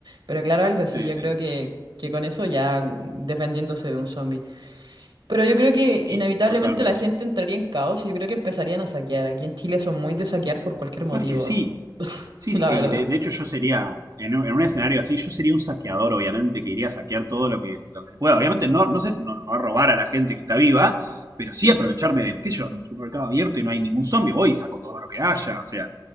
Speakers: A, on the right (about 85°); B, on the right (about 50°).
A: Pero claro, algo así,
B: Sí,
A: yo
B: sí.
A: creo que, que con eso ya mm, defendiéndose de un zombie. Pero yo creo que
B: Sí.
A: inevitablemente
B: Totalmente.
A: la gente entraría en caos y yo creo que empezarían a saquear. Aquí en Chile son muy de saquear por cualquier motivo,
B: No es que sí.
A: <laughs>
B: Sí,
A: la
B: sí, y
A: verdad.
B: de, de hecho yo sería, en un, en un escenario así, yo sería un saqueador, obviamente, que iría a saquear todo lo que, lo que se pueda. Obviamente no, no sé, si- no, no a robar a la gente que está viva, pero sí aprovecharme del, qué sé yo, un supermercado abierto y no hay ningún zombie, voy y saco todo lo que haya. O sea,